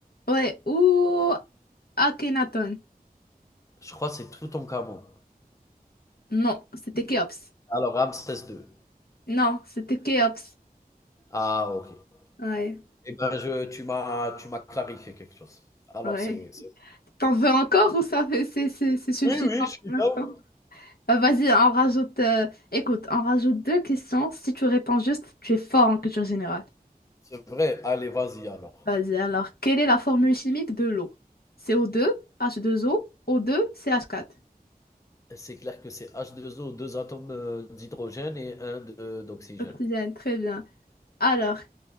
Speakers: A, on the left; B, on the left.
A: ouais, ou Akhenaton.
B: je crois que c'est Toutankhamon.
A: Non, c'était Khéops.
B: Alors Ramsès II.
A: Non, c'était Khéops.
B: Ah OK.
A: Ouais,
B: Eh ben, je, tu m'as, tu m'as clarifié quelque chose. Alors,
A: ouais.
B: c'est, c'est-
A: T'en veux encore ou ça fait- c'est c'est- c'est suffisant
B: Oui, oui, je suis
A: pour l'instant?
B: down.
A: Euh, Vas-y, on rajoute. euh, Écoute, on rajoute deux questions. Si tu réponds juste, tu es fort en culture générale.
B: c'est vrai. Allez, vas-y alors.
A: Vas-y, alors, quelle est la formule chimique de l'eau? C O deux h deux o o deux C H quatre.
B: C'est clair que c'est H2O, deux O, deux atomes euh, d'hydrogène et un de- d'oxygène.
A: Oxygène, très bien. Alors,